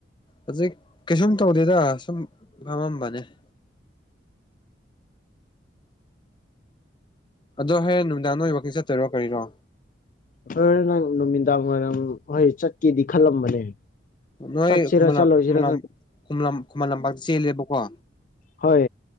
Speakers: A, on the left (about 25°); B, on the left (about 45°).
A: ꯍꯧꯖꯤꯛ ꯀꯩꯁꯨꯝ ꯇꯧꯗꯦꯗ ꯁꯨꯝ ꯐꯝꯃꯝꯕꯅꯦ <inaudible> ꯑꯗꯣ ꯍꯌꯦꯡ ꯅꯨꯃꯤꯗꯥꯡ ꯅꯣꯏ ꯋꯥꯀꯤꯡ ꯆꯠꯇꯣꯏꯔꯣ ꯀꯔꯤꯔꯣ
B: ꯍꯣꯔꯦꯟ ꯅꯪ ꯅꯨꯃꯤꯗꯥꯡ ꯋꯥꯏꯔꯝ ꯍꯣꯏ ꯆꯠꯀꯦꯗꯤ ꯈꯜꯂꯝꯕꯅꯦ
A: ꯅꯣꯏ
B: ꯆꯠꯁꯤꯔꯥ
A: ꯈꯨꯃꯂꯝ
B: ꯆꯠꯂꯣꯏꯁꯤꯔꯥ
A: ꯈꯨꯃꯂꯝ
B: ꯈꯪ
A: ꯈꯨꯃꯂꯝ ꯈꯨꯃꯂꯝꯄꯥꯛꯇ ꯆꯦꯜꯂꯦꯕꯀꯣ
B: ꯍꯣꯏ